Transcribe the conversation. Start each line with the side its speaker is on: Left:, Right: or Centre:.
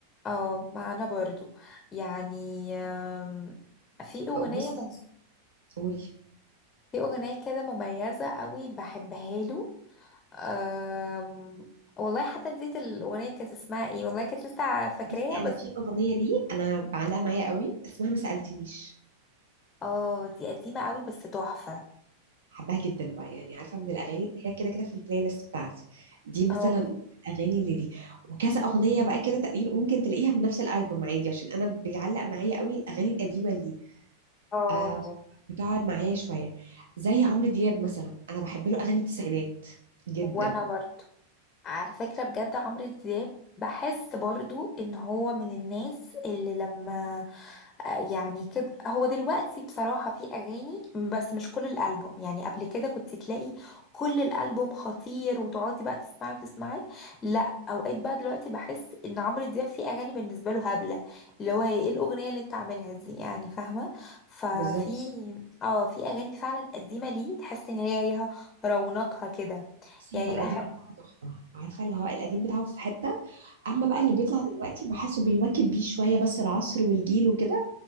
Left: اه ما انا برضو يعني آم، في اغنيه
Right: بصي
Left: مم-
Right: قولي
Left: في أغنية كده مميزة قوي بحبها له أم... والله حتى نسيت الأغنية كانت اسمها ايه والله كنت لسه فاكراها
Right: بصي
Left: بس
Right: انا في اغنيه ليه انا بعلقها معايا قوي اسمها ما سالتنيش
Left: اه دي قديمة قوي بس تحفة
Right: بحبها جدا بقى يعني عارفه من الاغاني اللي هي كده كده في البلاي ليست بتاعتي دي مثلا
Left: اه
Right: من الاغاني اللي دي وكذا اغنيه بقى كده تقريبا ممكن تلاقيها من نفس الالبوم عادي عشان انا بيعلق معايا قوي الاغاني القديمه اللي
Left: اه
Right: آه بتقعد معايا شويه زي عمرو دياب مثلا انا بحب له اغاني التسعينات جدا
Left: وانا برضو على فكرة بجد عمرو دياب بحس برضو ان هو من الناس اللي لما آه، يعني كب... هو دلوقتي بصراحة في اغاني بس مش كل الالبوم يعني قبل كده كنت تلاقي كل الالبوم خطير وتقعدي بقى تسمعي وتسمعي لا اوقات بقى دلوقتي بحس ان عمرو دياب في اغاني بالنسبة له هبلة اللي هو هي ايه الاغنية اللي انت عاملها دي يعني فاهمة ففي
Right: بالظبط
Left: اه في اغاني فعلا قديمة ليه تحس ان هي ليها رونقها كده
Right: بصي
Left: يعني
Right: هو القديم
Left: بحب
Right: بتاعه تحفة عارفة اللي هو القديم بتاعه في حتة أما بقى
Left: مم.
Right: اللي بيطلع دلوقتي بحسه بيواكب بيه شوية بس العصر والجيل وكده